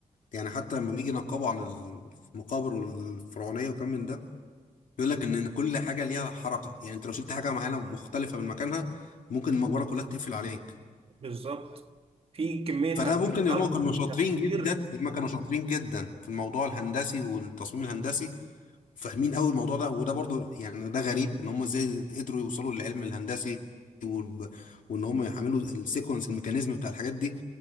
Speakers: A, on the left (about 75°); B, on the right (about 45°).
A: يعني حتى لما بيجي ينقبوا عن المقابر الفرعونيه وكم من ده بيقول لك ان كل حاجه ليها حركه يعني انت لو شلت حاجه معينه مختلفه من مكانها ممكن المقبره كلها تقفل عليك
B: بالظبط في كمية
A: فده
B: هندسة
A: ممكن هم كانوا
B: وتفكير
A: شاطرين جدا هم كانوا شاطرين جدا في الموضوع الهندسي والتصميم الهندسي وفاهمين قوي الموضوع ده وده برضو يعني ده غريب ان هم ازاي قدروا يوصلوا للعلم الهندسي والب- وان هم يعملوا السيكونس الميكانيزم بتاع الحاجات دي